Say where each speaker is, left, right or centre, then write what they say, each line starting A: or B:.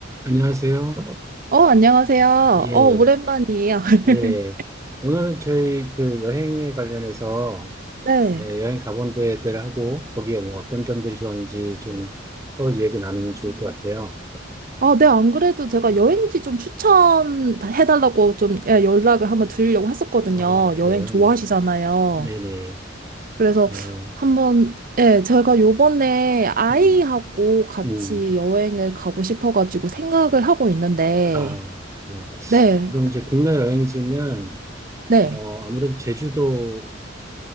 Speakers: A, on the right (about 15°); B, on the right (about 45°).
A: 안녕하세요.
B: 어, 안녕하세요.
A: 예,
B: 어, 오랜만이에요. <laughs>
A: 예. 오늘은 저희 그 여행에 관련해서
B: 네.
A: 예, 여행 가본 데들하고 거기에 뭐 어떤 점들이 좋았는지 좀 서로 얘기 나누면 좋을 것 같아요.
B: 아, 네, 안 그래도 제가 여행지 좀 추천해달라고 좀 예, 연락을 한번 드리려고 했었거든요.
A: 아, 그래요.
B: 여행 좋아하시잖아요.
A: 네네.
B: 그래서
A: 어,
B: 한번, 예, 제가 요번에 아이하고
A: 음,
B: 같이
A: 음.
B: 여행을 가고 싶어가지고 생각을 하고 있는데,
A: 아, 그래요.
B: 네,
A: 그럼 이제 국내 여행지는
B: 네.
A: 어, 아무래도 제주도도